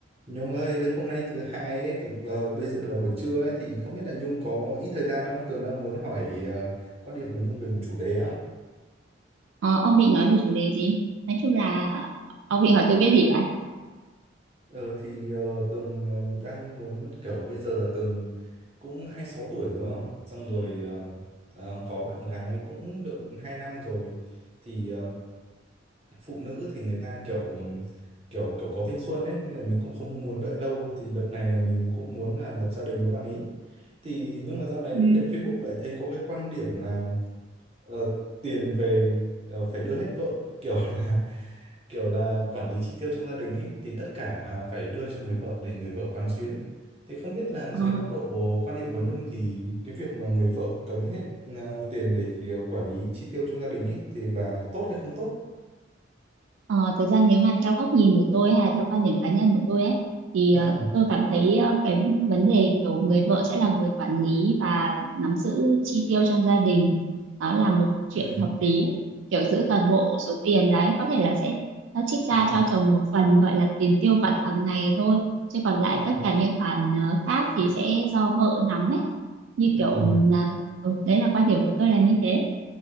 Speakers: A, on the right; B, on the right.
A: Nhung ơi, hôm nay thứ hai ấy, tầm, ờ, bây giờ là buổi trưa ấy thì không biết là Nhung có ít thời gian không? Tường đang muốn hỏi ờ, quan điểm của Nhung về một chủ đề á.
B: Ờ, ông định nói về chủ đề gì? Nói chung là ông định hỏi tôi cái gì vậy?
A: Ờ thì ờ, Tường ờ, đang muốn kiểu bây giờ là Tường cũng 26 tuổi rồi không? Xong rồi ờ, ờ, có bạn gái cũng được 2 năm rồi. Thì ờ, phụ nữ thì người ta kiểu kiểu kiểu có thanh xuân ấy nên là mình cũng không muốn đợi lâu thì đợt này là mình cũng muốn là lập gia đình với bạn ấy. Thì nhưng mà dạo này
B: Ừ.
A: lại lên Facebook lại thấy có cái quan điểm là Ờ, tiền về ờ, phải đưa hết vợ kiểu là <laughs> kiểu là quản lý chi tiêu trong gia đình ấy thì tất cả à, phải đưa cho người vợ để người vợ quán xuyến thì không biết là
B: Ờ.
A: dưới góc độ quan điểm của Nhung thì cái việc mà người vợ cấm hết à, tiền để à, quản lý chi tiêu trong gia đình ấy thì là tốt hay không tốt
B: Ờ, thực ra nếu mà theo góc nhìn của tôi hay là theo quan điểm cá nhân của tôi ấy thì
A: ừ
B: ờ, tôi cảm thấy ờ, cái vấn đề kiểu người vợ sẽ là người quản lý và nắm giữ chi tiêu trong gia đình đó là một chuyện
A: ừ
B: hợp lý ấy. Kiểu giữ toàn bộ số tiền đấy có thể là sẽ nó trích ra
A: ừ
B: cho chồng một phần gọi là tiền tiêu vặt hàng ngày thôi chứ còn lại
A: ừ
B: tất cả những khoản ờ, khác thì sẽ do vợ nắm ấy như
A: ừ
B: kiểu ừm, là- ừ, đấy là quan điểm của tôi là như thế